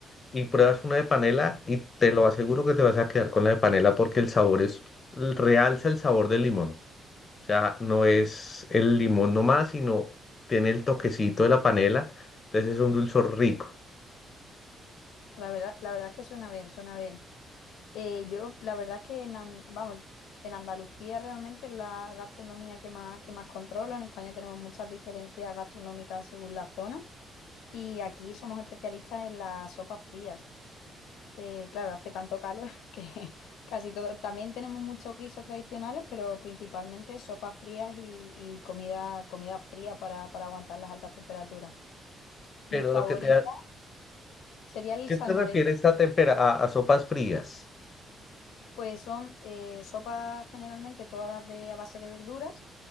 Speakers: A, on the left (about 35°); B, on the left (about 80°).
A: y pruebas una de panela y te lo aseguro que te vas a quedar con la de panela porque el sabor es, realza el sabor del limón. O sea, no es el limón nomás, sino tiene el toquecito de la panela. Entonces es un dulzor rico.
B: La verdad, la verdad es que suena bien, suena bien. Eh, yo, la verdad es que en, An- vamos, en Andalucía realmente es la gastronomía que más, que más controlo. En España tenemos muchas diferencias gastronómicas según la zona y aquí somos especialistas en las sopas frías. Eh, claro, hace tanto calor <laughs> que casi todo. También tenemos muchos guisos tradicionales, pero principalmente sopas frías y, y comida, comida fría para, para aguantar las altas temperaturas. Mi
A: Pero
B: favorito
A: lo que te, ha-
B: Sería el
A: ¿qué
B: salmorejo.
A: te refieres a, tempera- a, a sopas frías?
B: Pues son eh, sopas generalmente todas de, a base de verduras,